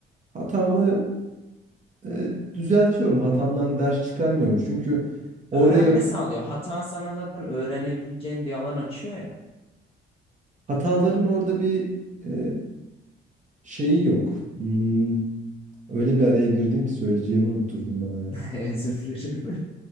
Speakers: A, on the right (about 40°); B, on the left (about 30°).
A: hatamı e, düzeltiyorum. Hatamdan ders çıkarmıyorum. Çünkü
B: Öğrenme
A: orada yap
B: sağlıyor. Hata sana zaten öğrenebileceğin bir alan açıyor ya.
A: Hataların orada bir e, şeyi yok. Hmm, öyle bir araya girdin ki söyleyeceğimi unutturdun bana ya.
B: <laughs> Özür dilerim.